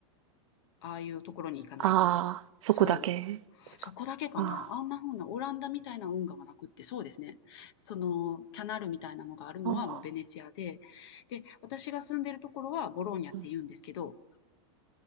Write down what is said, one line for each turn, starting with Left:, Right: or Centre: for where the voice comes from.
Left: ああいうところに行かないと。
Right: ああ、そこだけですか？
Left: そう。そこだけかな。
Right: あ
Left: あんな風なオランダみたいな運河はなくって、そうですね。その、キャナルみたいなのがあるのはもうベネチアで、
Right: あ、ああ、
Left: で、私が住んでるところはボローニャって言うんですけど、
Right: うん。